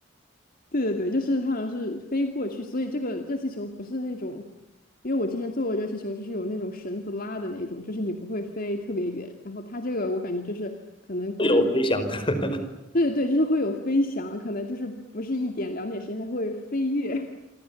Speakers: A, on the left; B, on the left.
A: <laughs> 对对对，就是他好像是飞过去，所以这个热气球不是那种，因为我之前做过热气球，就是有那种绳子拉的那种，就是你不会飞特别远。然后它这个我感觉就是可能跟
B: 自由飞翔。<laughs>
A: 对对对就是会有飞翔，可能就是不是一点两点时间，它会飞跃，<laughs>